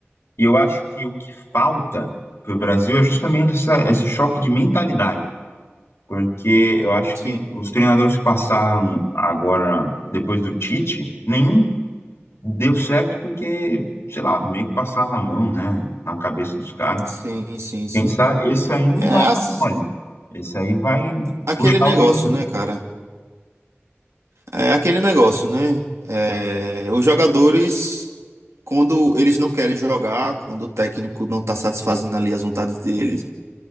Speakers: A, on the left; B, on the right.
A: E eu acho que o que falta pro Brasil é justamente essa- esse choque de mentalidade. Porque eu acho
B: Sim,
A: que os treinadores que passaram agora, depois do Tite, nenhum deu certo porque, sei lá, meio que passaram a mão, né, na cabeça dos caras.
B: sim, sim, sim.
A: Pensar, esse aí não
B: É
A: vai
B: as-
A: dar mole. Esse aí vai
B: aquele
A: puxar
B: negócio,
A: a orelha mesmo.
B: né, cara? É aquele negócio, né? É, os jogadores, quando eles não querem jogar, quando o técnico não tá satisfazendo ali as vontades deles,